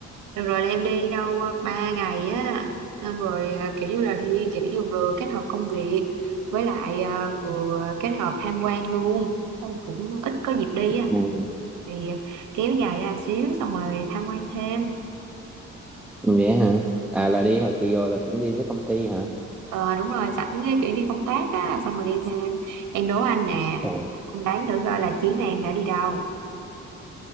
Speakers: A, on the right (about 80°); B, in the centre.
A: Được rồi là em đi đâu ờ, ba ngày á xong rồi ờ, kiểu như là đi kiểu như vừa kết hợp công việc với lại ờ, vừa kết hợp tham quan luôn Xong cũng ít có dịp đi á
B: ừ.
A: thì kéo dài ra xíu xong rồi tham quan thêm
B: vậy hả à là đi hồi kỳ rồi là cũng đi với công ty hả
A: ờ đúng rồi sẵn cái kiểu đi công tác á xong rồi đi thêm em đố anh nè
B: Ồ.
A: anh đoán thử coi là chuyến này em đã đi đâu